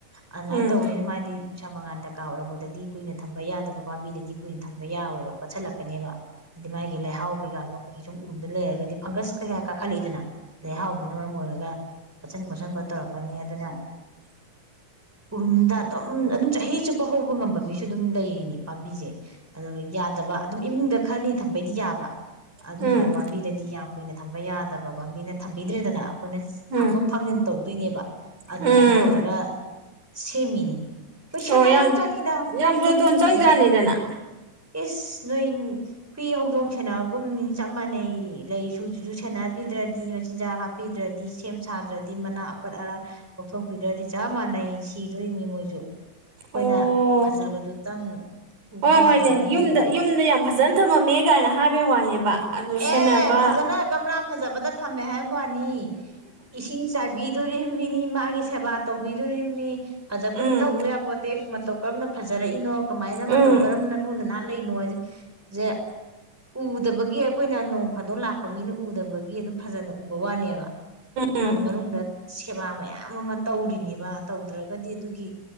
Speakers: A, in the centre; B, on the right.
A: ꯑꯗꯨꯃꯥꯏꯅ
B: ꯎꯝ
A: ꯇꯧꯕꯅꯤꯅ
B: ꯎꯝ
A: ꯃꯥꯗꯤ ꯅꯨꯡꯁꯥ ꯃꯉꯥꯥꯟ ꯗꯀꯥꯔꯛꯄꯗꯤ ꯀꯨꯏꯅ ꯊꯝ ꯊꯝꯕ ꯌꯥꯗꯕ ꯄꯥꯝꯕꯤꯗꯗꯤ ꯀꯨꯏꯅ ꯊꯝꯕ ꯌꯥꯔꯣꯏꯕ ꯄꯠꯁꯜꯂꯛꯀꯅꯦꯕ ꯑꯗꯤ ꯃꯥꯒꯤ ꯂꯩꯍꯥꯎ ꯀꯩꯀꯥꯗꯣ ꯑꯗꯒꯤꯒꯤ ꯁꯨꯝ ꯎꯔꯨꯝꯗ ꯂꯩꯔꯒꯗꯤ ꯐꯪꯒꯁ ꯀꯩ ꯀꯌꯥ ꯀꯥꯈꯠꯂꯛꯏꯗꯅ ꯂꯩꯍꯥꯎꯗꯨꯅ ꯃꯔꯝ ꯑꯣꯏꯔꯒ ꯃꯆꯟ ꯃ ꯑꯆꯝꯕ ꯇꯧꯔꯛꯀꯅꯤ ꯑꯗꯨꯅ ꯎꯔꯨꯝꯗ ꯑꯗꯨꯝ ꯑꯗꯨꯝ ꯆꯍꯤ ꯆꯨꯞꯄ ꯍꯧꯕ ꯉꯝꯕ ꯃꯤꯁꯨ ꯑꯗꯨꯝ ꯂꯩꯔꯤꯅꯦ ꯄꯥꯝꯕꯤꯁꯦ ꯑꯗꯨꯒ ꯌꯥꯗꯕ ꯑꯗꯨꯝ ꯏꯃꯨꯡꯗ ꯈꯔꯅꯤ ꯊꯝꯕꯩꯗꯤ ꯌꯥꯕ ꯑꯗꯨꯝꯕ
B: ꯎꯝ ꯎꯝ
A: ꯄꯥꯝꯕꯤꯗꯗꯤ ꯌꯥꯝ ꯀꯨꯏꯅ ꯊꯝꯕ ꯌꯥꯗꯕ ꯄꯥꯝꯕꯤꯅ ꯊꯝꯕꯤꯗ꯭ꯔꯦꯗꯅ ꯑꯩꯈꯣꯏꯅ
B: ꯎꯝ
A: ꯊꯥꯡꯗꯣꯛ ꯊꯥꯡꯖꯤꯟ ꯇꯧꯗꯣꯏꯅꯦꯕ ꯑꯗꯨꯃꯥꯏꯅ
B: ꯎꯝ
A: ꯇꯧꯔꯒ ꯁꯦꯝꯃꯤꯅꯤ ꯄꯩꯁꯟꯅꯕ
B: ꯑꯣ ꯌꯥꯝ
A: ꯑꯃ ꯆꯪꯉꯤꯗ ꯃꯣꯏꯁꯨ
B: ꯌꯥꯝ ꯖꯣꯇꯣꯟ
A: ꯃꯤꯒꯨꯝꯕꯅꯤꯗ
B: ꯆꯪꯖꯥꯠꯅꯤꯗꯅ
A: ꯏꯁ ꯅꯣꯏ ꯍꯨꯏ ꯍꯧꯗꯣꯡ ꯁꯦꯟꯅꯕꯒꯨꯝꯅꯤ ꯆꯞ ꯃꯥꯟꯅꯩ ꯂꯩꯁꯨꯨꯖꯨꯁꯨꯨ ꯁꯦꯟꯅꯕꯤꯗ꯭ꯔꯗꯤ ꯃꯆꯤꯟꯖꯥꯛ ꯍꯥꯞꯄꯤꯗ꯭ꯔꯗꯤ ꯁꯦꯝ ꯁꯥꯗ꯭ꯔꯗꯤ ꯃꯅꯥ ꯑꯄꯠ ꯑꯔ ꯂꯧꯣꯛꯊꯣꯛꯄꯤꯗ꯭ꯔꯗꯤ ꯆꯞ ꯃꯥꯟꯅꯩ ꯁꯤꯗꯣꯏꯅꯤ ꯃꯣꯏꯁꯨ ꯑꯩꯈꯣꯏꯅ
B: ꯑꯣ
A: ꯐꯖꯕꯗꯨꯇꯪ ꯎꯕ
B: ꯍꯣꯏ
A: ꯌꯥꯗꯕ
B: ꯍꯣꯏꯅꯦ
A: ꯑꯃ
B: ꯌꯨꯝꯗ
A: ꯂꯩꯌꯦꯕ
B: ꯌꯨꯝꯗ ꯌꯥꯝ ꯐꯖꯅ ꯊꯝꯃꯝꯃꯦ ꯀꯥꯏꯅ ꯍꯥꯏꯕꯩ ꯋꯥꯅꯦꯕ ꯑꯗꯨ ꯁꯦꯟꯅꯕ
A: ꯑꯦ ꯐꯖꯅ ꯒꯝꯂꯥ ꯐꯖꯕꯗ ꯊꯝꯃꯦ ꯍꯥꯏꯦ ꯄꯅꯤ ꯏꯁꯤꯡ ꯆꯥꯏꯕꯤ ꯑꯗꯨꯣꯔꯤꯕ ꯃꯤꯅꯤ ꯃꯥꯒꯤ ꯁꯦꯕꯥ ꯇꯧꯕꯤꯗꯣꯔꯤꯕꯅꯤ ꯐꯖꯕꯗꯨ
B: ꯎꯝ
A: ꯇꯧꯎ ꯌꯥ ꯄꯣꯠꯇꯦ ꯃꯇꯧ ꯀꯔꯝꯅ ꯐꯖꯔꯛꯏꯅꯣ ꯀꯃꯥꯏꯅ ꯃꯇꯧ
B: ꯎꯝ
A: ꯀꯔꯝꯅ ꯂꯨꯅ ꯅꯥꯟꯅ ꯂꯩꯅꯣꯁꯦ ꯎꯗꯕꯒꯤ ꯑꯩꯈꯣꯏꯅ ꯅꯣꯡ ꯐꯥꯗꯣꯛ ꯂꯥꯛꯄ ꯃꯤꯅ ꯎꯗꯕꯒꯤ ꯑꯗꯨꯝ ꯐꯖꯅ ꯎꯕ ꯋꯥꯅꯦꯕ
B: ꯎꯝ
A: ꯑꯗꯨ ꯃꯅꯨꯡꯗ ꯁꯦꯕꯥ ꯃꯌꯥꯝ ꯑꯃ ꯇꯧꯔꯤꯅꯦꯕ ꯇꯧꯗ꯭ꯔꯒ ꯑꯗꯨꯒꯤ